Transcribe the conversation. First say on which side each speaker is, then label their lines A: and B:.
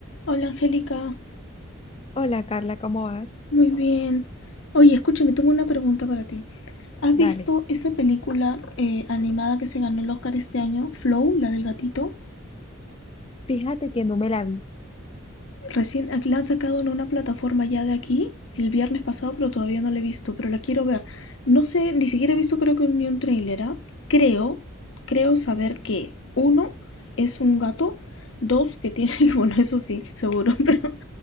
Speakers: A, on the left; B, on the left.
A: Hola Angélica,
B: Hola Carla, ¿cómo vas?
A: muy bien. Oye, escúchame, tengo una pregunta para ti. ¿Has
B: Dale.
A: visto esa película eh, animada que se ganó el Oscar este año, Flow, la del gatito?
B: Fíjate que no me la vi.
A: Recién ah, la han sacado en una plataforma ya de aquí el viernes pasado, pero todavía no la he visto, pero la quiero ver. No sé, ni siquiera he visto creo que ni un tráiler, ¿ah? Creo, creo saber que uno es un gato, dos que tiene, <laughs> bueno, eso sí, seguro, <laughs> pero